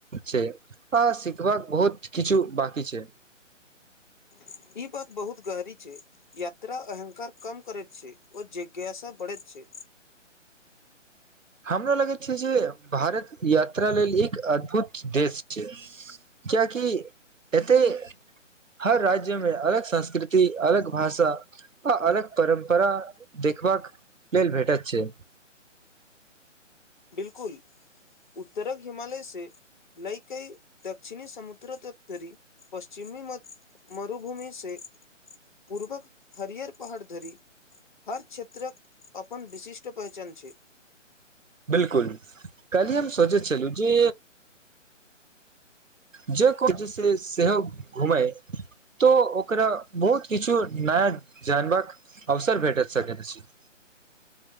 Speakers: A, on the right; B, on the left.
A: छै आ सिखबाक बहुत किछु बाकी छै <inaudible>
B: ई बात बहुत गहरी छै यात्रा अहंकार कम करैत छै और जिज्ञासा बढ़ैत छै
A: <inaudible> हमरा लगैत छै जे भारत यात्रा लेल एक अद्भुत देश छै किएकि एतेक हर राज्य में अलग संस्कृति अलग भाषा आ अलग परम्परा देखबाक लेल भेटैत छै
B: बिलकुल उत्तरक हिमालय से लइकई दक्षिणी समुद्र तप्तरी पश्चिमी मरुभूमि से
A: <inaudible>
B: पूर्वक हरिअर पहाड़ धरी हर क्षेत्रक अपन विशिष्ट पहचान छै
A: बिलकुल काहिले हम सोचै छलहुँ जे जय को जैसे सेहोह घुमए तो ओकरा बहुत किछु नया जानबाक अवसर भेट सकैत छी <inaudible>